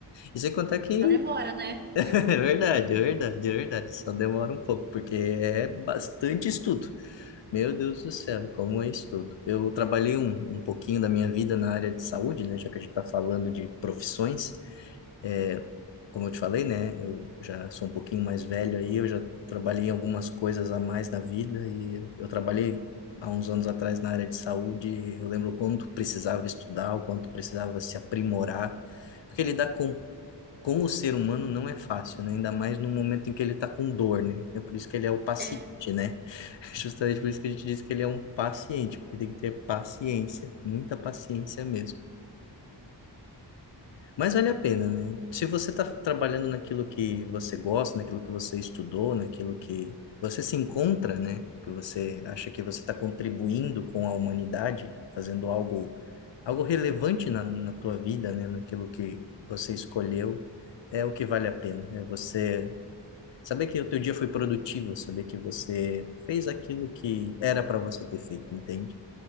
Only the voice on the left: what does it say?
E sem contar que
É verdade, é verdade, é verdade. Só demora um pouco, porque é bastante estudo. Meu Deus do céu, como é estudo. Eu trabalhei um, um pouquinho da minha vida na área de saúde, né? Já que a gente está falando de profissões, é, como eu te falei, né? Eu já sou um pouquinho mais velho aí, eu já trabalhei em algumas coisas a mais na vida e eu trabalhei há uns anos atrás na área de saúde. Eu lembro quanto precisava estudar, o quanto precisava se aprimorar, porque lidar com com o ser humano não é fácil, né? Ainda mais no momento em que ele está com dor, né? É por isso que ele é o paciente,
né? <laughs> Justamente por isso que a gente diz que ele é um paciente, porque tem que ter paciência, muita paciência mesmo. Mas vale a pena, né? Se você está trabalhando naquilo que você gosta, naquilo que você estudou, naquilo que você se encontra, né? Que você acha que você está contribuindo com a humanidade, fazendo algo, algo relevante na, na tua vida, né? Naquilo que você escolheu, é o que vale a pena. É você saber que o teu dia foi produtivo, saber que você fez aquilo que era para você ter feito, entende?